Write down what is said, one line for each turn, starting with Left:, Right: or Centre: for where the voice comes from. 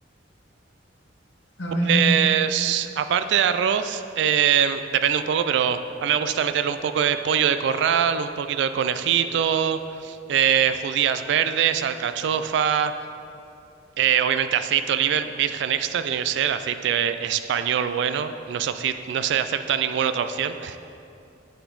Left: a
Right: pues,
Left: ver, dime.
Right: aparte de arroz, eh, depende un poco, pero a mí me gusta meterle un poco de pollo de corral, un poquito de conejito, eh, judías verdes, alcachofa. Eh, obviamente aceite oliva virgen extra, tiene que ser aceite español bueno, no se, opci- no se acepta ninguna otra opción.